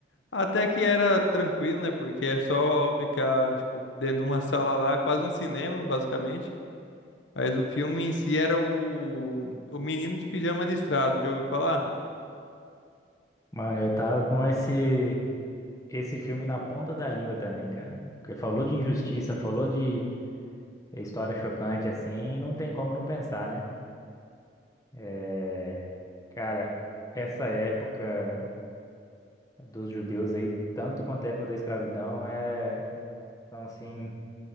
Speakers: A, on the left; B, on the left.
A: Até que era tranquilo, né? Porque é só ficar, tipo, dentro de uma sala lá, quase um cinema, basicamente. Mas o filme em si era o, o Menino de Pijama Listrado, já ouviu falar?
B: Mano, eu tava com esse esse filme na ponta da língua também, cara. Porque falou de injustiça, falou de eh, história chocante, assim, não tem como não pensar, né? É, Cara, essa época dos judeus aí, tanto quanto a época da escravidão, é. Então, assim,